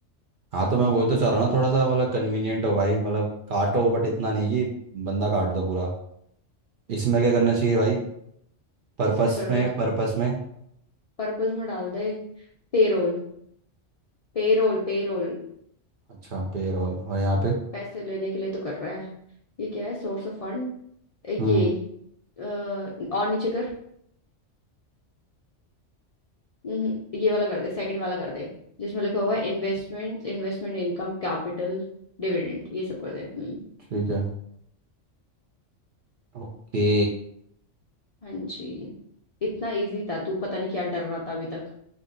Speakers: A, on the right; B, on the left.
A: हाँ तो मैं वही तो चाह रहा हूँ ना थोड़ा सा मतलब कन्वीनियंट हो भाई मतलब काटो बट इतना नहीं कि बंदा काट दो पूरा इसमें क्या करना चाहिए भाई पर्पस
B: इसमें कर दे
A: में
B: तो,
A: पर्पस में
B: पर्पस में डाल दे पेरोल Payroll payroll
A: अच्छा पेरोल और यहाँ पे
B: पैसे लेने के लिए तो कर रहा है ये क्या है सोर्स ऑफ फंड
A: हम्म
B: ये अ, और नीचे कर हम्म, ये वाला कर दे सेकंड वाला कर दे जिसमें लिखा हुआ है investment Investment income capital dividend ये सब कर दे हम्म
A: ठीक है ओके
B: हाँ जी इतना इजी था तू पता नहीं क्या डर रहा था अभी तक